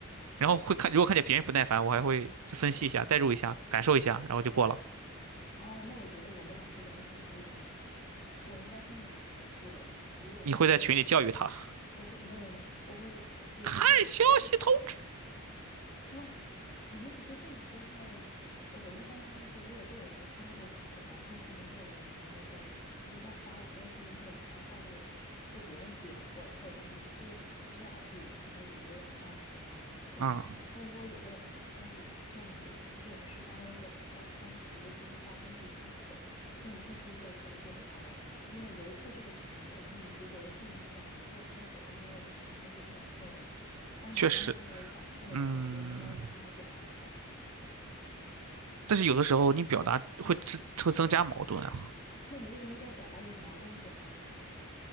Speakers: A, on the right; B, on the left.
A: 然后会看，如果看见别人不耐烦，我还会就分析一下，代入一下，感受一下，然后就过了。
B: 哦，那我觉得我们俩是两种处理方式。我应该是那种，我如果在平常，
A: 你会在群里教育他，
B: 我会 no no no，我会也不是
A: <laughs> 看消息通知。
B: 哇，肯定不是这么说话的呀。呃我一般相当于说，如果这个人发两条，那说明这个人相当于说他不再发了，那说明这个人他大概被别人点过了，或者说他知知道自己发消息有点刷屏了，对吧？
A: 嗯，
B: 但如果有个人发消息这样子，这种事发生两到三次，尤其是发生第三次，那你必须是要出来点他的呀，因为维护这个群，然后以及维护你整一个生活当中的平静是非常重要的。当你当下有感受的时候，
A: 确实，嗯。
B: 你就应该要当下表达出来了。
A: 但是有的时候你表达会增会增加矛盾啊，
B: 那你为什么一定要表达有矛盾的表达呢？